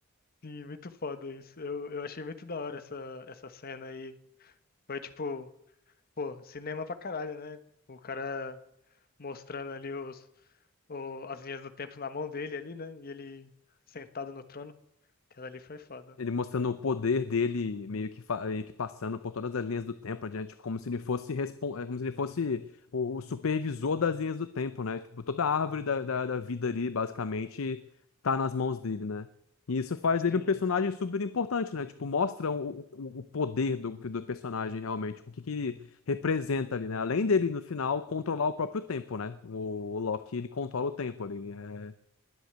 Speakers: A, on the left; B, on the left.
A: Sim, muito foda isso. Eu, eu achei muito da hora essa, essa cena aí. Foi tipo, pô, cinema pra caralho, né? O cara. mostrando ali os, o- as linhas do tempo na mão dele ali, né? E ele sentado no trono. Aquela ali foi foda.
B: Ele mostrando o poder dele, meio que, fa- meio que passando por todas as linhas do tempo, né? Tipo, como se ele fosse, respon- é, como se ele fosse o, o supervisor das linhas do tempo, né? Tipo, toda a árvore da, da, da vida ali, basicamente, tá nas mãos dele, né? E isso faz dele
A: Sim,
B: um personagem super importante, né? Tipo, mostra o, o, o poder do, do personagem realmente, o que, que ele representa ali, né? Além dele, no final, controlar o próprio tempo, né? O, o Loki, ele controla o tempo ali. É,